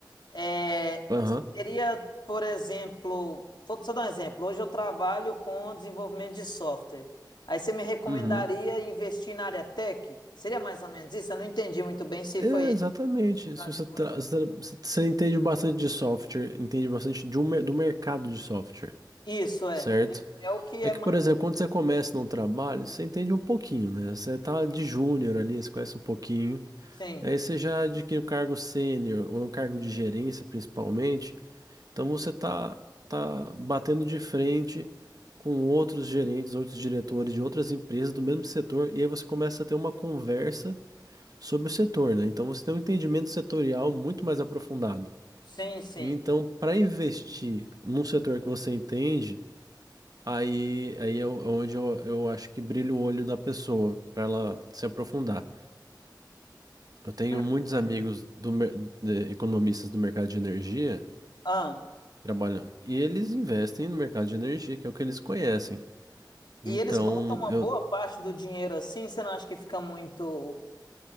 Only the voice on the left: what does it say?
É,
seria, por exemplo, vou só dar um exemplo. Hoje eu trabalho com desenvolvimento de software. Aí você me recomendaria
investir na área tech? Seria mais ou menos isso? Eu não entendi muito bem se
foi esse
o gancho
que
você usou.
Isso é,
é o que
é
mais
recente.
Sim,
sim, sim.
Hum.
ah.
E eles botam uma
boa parte do dinheiro assim, você não acha que fica muito.